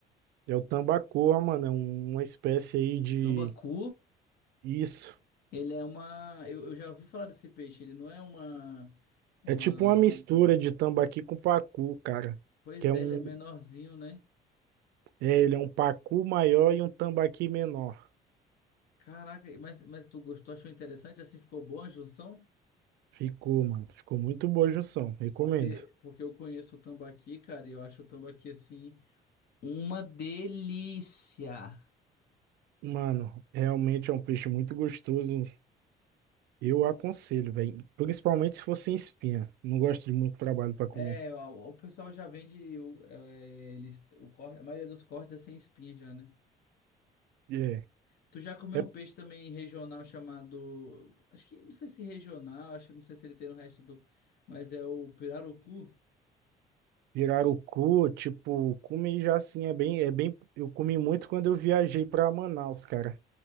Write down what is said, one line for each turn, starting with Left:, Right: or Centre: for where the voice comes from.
Right: É o tambacoa, mano. É um- uma espécie aí de.
Left: Tambacu,
Right: Isso.
Left: ele é uma. Eu, eu já ouvi falar desse peixe, ele não é uma. Uma.
Right: É tipo uma mistura de tambaqui com pacu, cara.
Left: Pois
Right: Que é um.
Left: é, ele é menorzinho, né?
Right: É, ele é um pacu maior e um tambaqui menor.
Left: Caraca, mas, mas tu gostou, achou interessante? Assim ficou boa a junção?
Right: Ficou, mano. Ficou muito boa a junção. Recomendo.
Left: Porque, porque eu conheço o tambaqui, cara, e eu acho o tambaqui assim. Uma delícia.
Right: Mano, realmente é um peixe muito gostoso. Eu aconselho, velho. Principalmente se for sem espinha. Não gosto de muito trabalho pra comer.
Left: É, o, o pessoal já vende o, é, eles, o corte, a maioria dos cortes é sem espinha já, né?
Right: É.
Left: Tu já comeu
Right: É
Left: um peixe também regional chamado, acho que não sei se regional, acho que não sei se ele tem no resto do, mas é o pirarucu.
Right: pirarucu, tipo, comi já assim, é bem, é bem. Eu comi muito quando eu viajei pra Manaus, cara.